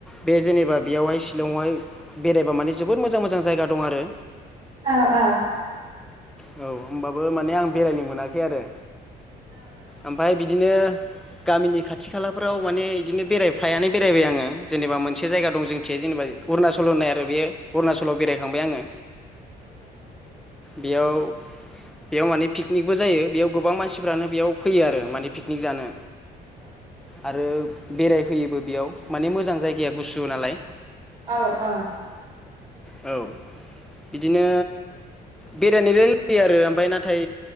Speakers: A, in the centre; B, on the right.
A: बे जेनेबा बेयावहाय शिलंआवहाय बेरायबा माने जोबोद मोजां मोजां जायगा दं आरो
B: औ औ
A: औ ओमबाबो माने आं बेरायनो मोनाखै आरो ओमफाय बिदिनो गामिनि खाथि खालाफोराव माने बिदिनो बेराय फ्रायानो बेरायबाय आङो जेनेबा मोन से जायगा दं जोंथि जेनेबा अरुणाचल होननाय आरो बेयो अरुणाचलाव बेरायखांबाय आङो बेयाव बेयाव माने पिकनिकबो जायो बेयाव गोबां मानसिफ्रानो बेयाव फैयो आरो माने पिकनिक जानो आरो बेरायफैयोबो बेयाव माने मोजां जायगाया गुसु नालाय
B: औ औ
A: औ बिदिनो बेरायनोलाय फैयो आरो ओमफाय नाथाय